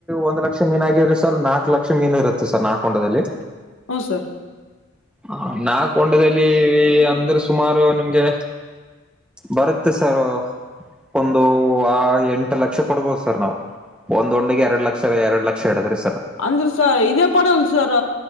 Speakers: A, in the centre; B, on the left.
A: ಒಂದ್ ಲಕ್ಷ ಮೀನ್ಗಿದ್ರೆ ಸರ್ ನಾಕ್ ಲಕ್ಷ ಮೀನು ಇರುತ್ತೆ ಸರ್ ನಾಕು ಉಂಡದಲ್ಲಿ
B: ಹೌ ಸರ್
A: ಹ ನಾಕೊಂಡದಲ್ಲಿ ಅಂದ್ರೆ ಸುಮಾರು ನಿಮ್ಗೆ ಬರುತ್ತೆ ಸರ್ ಒಂದು ಆ ಎಂಟು ಲಕ್ಷ ಕೊಡ್ಬೋದು ಸರ್ ನಾವು ಒಂದ ಒಂದಿ ಎರಡ್ ಲಕ್ಷ ಎರಡ್ ಲಕ್ಷ ಇಡದ್ರಿ
B: ಅಂದ್ರ ಸರ್ ಇದೇ ಪಡಲ್ ಸರ್